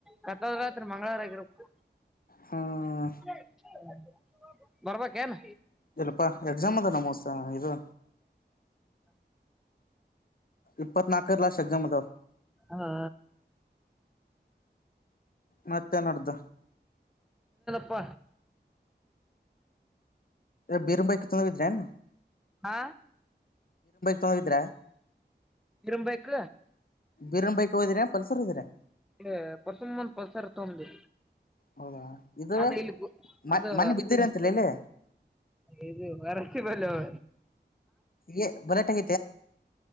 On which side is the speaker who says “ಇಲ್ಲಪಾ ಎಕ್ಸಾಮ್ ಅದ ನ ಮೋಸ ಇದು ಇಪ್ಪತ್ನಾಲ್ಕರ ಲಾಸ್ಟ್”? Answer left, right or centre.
Left